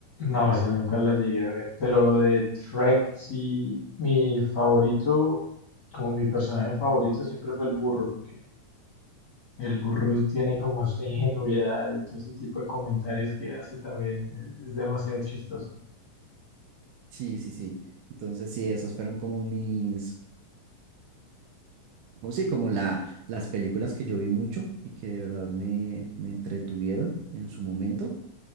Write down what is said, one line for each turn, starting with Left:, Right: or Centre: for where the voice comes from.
Left: No, esa nunca la llegué a ver. Pero de Shrek, sí, mi favorito, como mi personaje favorito siempre fue el burro, porque El burro tiene como esta ingenuidad y todo ese tipo de comentarios que hace también es, es demasiado chistoso.
Right: Sí, sí, sí. Entonces sí, esas fueron como mis, como sí, como la, las películas que yo vi mucho y que de verdad me, me entretuvieron en su momento.